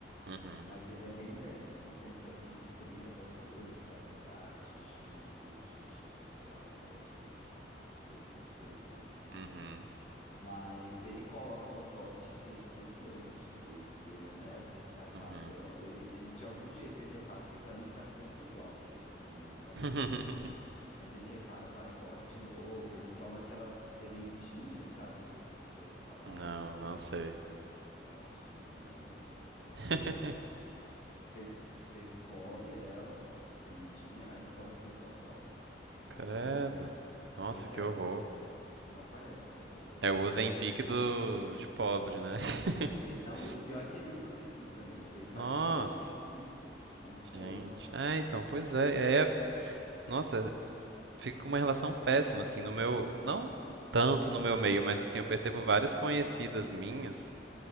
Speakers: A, on the right; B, on the left.
A: Uhum,
B: mas ele é bem desses que tenta, que se priva das coisas para tentar atingir um objetivo, sei lá, estético, que eu não sei se existe.
A: uhum,
B: Mas ele coloca Botox de seis três meses, tipo, e, e ele é nessa, vai passando,
A: uhum.
B: ele, ele de algum jeito ele repara que pra mim tá sempre igual, juro, pra mim não muda
A: <laughs>
B: nada. Mas ele repara, vai, e coloca de novo, ele toma aquela sementinha, sabe? Não sei se você já ouviu falar,
A: Não,
B: é um negócio
A: não sei.
B: é um absurdo, ainda bem que você nunca ouviu falar,
A: <laughs>
B: que é, é tipo, que você, você come ela, uma sementinha, aí você coloca tudo pra fora e fica
A: Credo.
B: sem fome.
A: Nossa,
B: Pois
A: que
B: é,
A: horror.
B: mas não, não parece uma coisa boa,
A: É
B: agradável.
A: o Ozempic do de pobre, né? <laughs>
B: E, não, o pior é que ele usa o Ozempic também. Tipo, ele faz
A: Nossa,
B: tudo isso junto. É um combo.
A: gente. É, então, pois é. E aí é- nossa, fica com uma relação péssima, assim, no meu. Não tanto
B: É,
A: no meu meio, mas assim, eu percebo várias conhecidas minhas